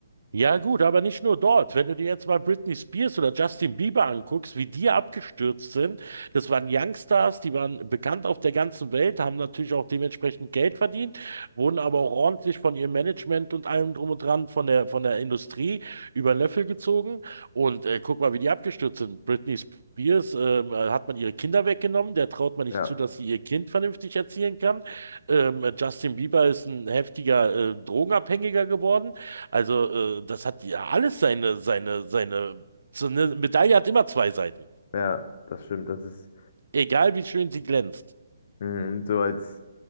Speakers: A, on the right (about 80°); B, on the left (about 45°).
A: Ja gut, aber nicht nur dort. Wenn du dir jetzt mal Britney Spears oder Justin Bieber anguckst, wie die abgestürzt sind, das waren Youngstars, die waren bekannt auf der ganzen Welt, haben natürlich auch dementsprechend Geld verdient, wurden aber auch ordentlich von ihrem Management und allem drum und dran von der von der Industrie über den Löffel gezogen. Und äh, guck mal, wie die abgestürzt sind. Britney Spears ähm, äh, hat man ihre Kinder weggenommen, der traut man nicht
B: Ja,
A: zu, dass sie ihr Kind vernünftig erziehen kann. Ähm, Justin Bieber ist ein heftiger äh, Drogenabhängiger geworden. Also, äh, das hat ja alles seine, seine, seine. So eine Medaille hat immer zwei Seiten.
B: ja, das stimmt. Das ist
A: Egal wie schön sie glänzt.
B: mm, so als,